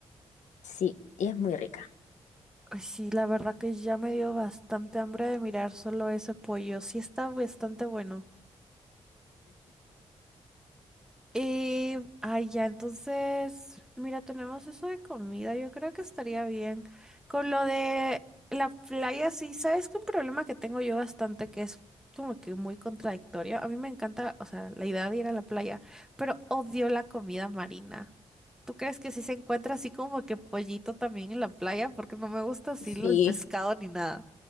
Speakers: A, on the left; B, in the centre.
A: Sí, y es muy rica.
B: Ay, sí, la verdad que ya me dio bastante hambre de mirar solo ese pollo. Sí está bastante bueno. Y, ay, ya, entonces, mira, tenemos eso de comida. Yo creo que estaría bien. Con lo de la playa, sí, sabes que un problema que tengo yo bastante, que es como que muy contradictorio. A mí me encanta, o sea, la idea de ir a la playa, pero odio la comida marina. ¿Tú crees que si se encuentra así como que pollito también en la playa? Porque no me gusta así
A: Sí,
B: lo del pescado ni nada.